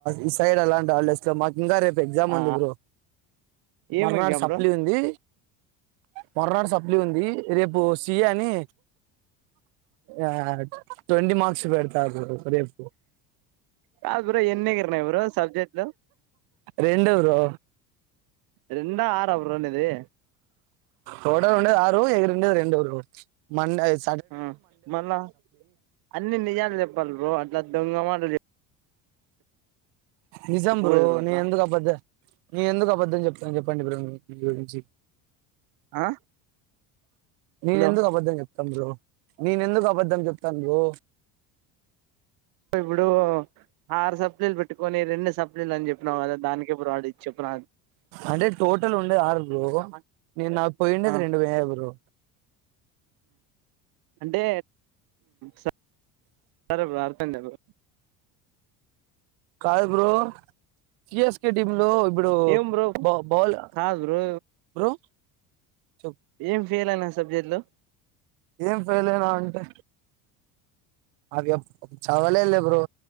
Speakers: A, on the right; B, on the right.
A: ఈ సైడ్ అలాంటి ఆళ్లెస్ లో మ ఇంకా రేపు ఎగ్జామ్
B: ఆ
A: ఉంది బ్రో
B: ఏమంగ్య
A: మర్నాడు సప్లి
B: బ్రో
A: ఉంది మొరనాడు సప్లి ఉంది రేపు ఇయాని ఆ ట్వంటీ మార్క్స్ బేడతారు ఇపరిత
B: కాదు బ్రో ఎన్ని ఇకర్ ని బ్రో సబ్జెక్ట్ లు
A: రెండు బ్రో
B: రెండా ఆరో బ్రో నీది
A: రోట ఉండేది ఆరు ఎగిరు ఉండేది రెండు బ్రో మండే వెస్
B: ఆ మళ్ళా అన్ని నిజాలు చెప్పాలి బ్రో అట్లా దొంగమాటలు చెప్
A: నిజం
B: చెప్పకూడదు
A: బ్రో
B: అట్లా
A: నేను ఎందుకు అబద్ద్ద న ఎందుకు అబద్ద్దం చెప్తాను చెప్పండి బ్రో గురించిీ
B: ఆ
A: నేను
B: హలో
A: ఎందుకు అబద్ధం చెప్తాను కాదు బ్రో నేన ఎందుకు అబద్ధం చెప్తాను బ్రో
B: ఇప్పుడు ఆరు సప్లైలు పెట్టుకొని రెండు సప్లీలు అని చెప్పినావు కదా దానికే బ్రో ఆడు ఇది చెప్పిన
A: అంటే టోటల్ ఉండేది ఆరు బ్రో అ నేను నాకు పోయిండేది
B: ఆ
A: రెండు వయ్యవరు బ్రో
B: అంటే స సరే బ్రో అర్తంద బ
A: కాయ్ బ్రో సిఎస్కే టీమ్ లో ఇప్పుడు
B: ఏం బ్రో
A: బా బాల్
B: కాదు బ్రో
A: బ్రో చెప్
B: ఏం ఫెయిల్ అయిన సబ్జెక్టులో
A: ఏం ఫయిలనా అంటే అవి చవలేదు లె బ్రో